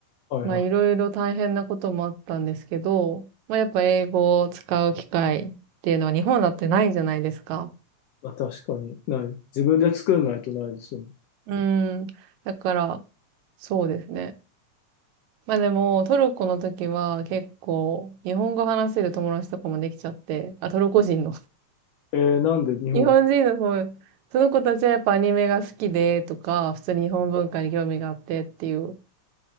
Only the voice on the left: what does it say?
はいはい。
まあ、確かにない。自分で作んないとないですよね。
えー、なんで日本